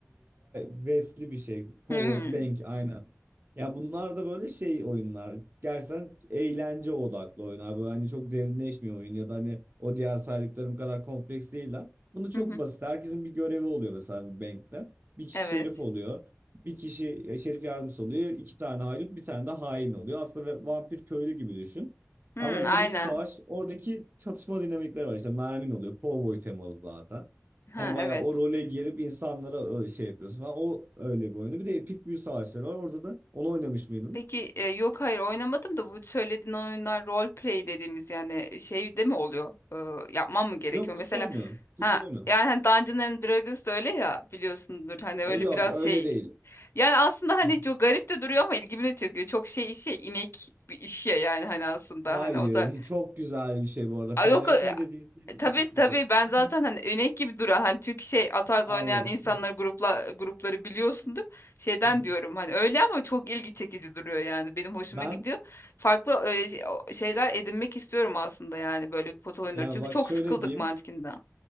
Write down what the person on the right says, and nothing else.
West'li bir şey. Cowboy
Bank aynen. Ya bunlar da böyle şey oyunlar. Gerçekten eğlence odaklı oyunlar. Böyle hani çok derinleşmiyor oyun ya da hani o diğer saydıklarım kadar kompleks değiller. bunu
çok
basit. Herkesin bir görevi oluyor mesela bir bankte. Bir kişi
şerif oluyor. Bir kişi e, şerif yardımcısı oluyor. iki tane haydut, bir tane de hain oluyor. Aslında ve- vampir köylü gibi düşün.
Ama
oradaki savaş, oradaki çatışma dinamikleri var. İşte mermin oluyor. Cowboy temalı zaten.
Hani bayağı
o role girip insanlara ö- şey yapıyorsun falan. O öyle bir oyunu. Bir de Epik Büyü Savaşları var. Orada da onu oynamış mıydın?
Yok kutu
oyunu. Kutu
oyunu.
E, Yok
öyle
değil.
<laughs>
Hayır.
hi- Çok güzel bir şey bu arada.
FRP
dediğin şey müthiş
bir
şey.
<laughs>
Anladım.
<laughs>
Ben
yani
bak
şöyle
diyeyim.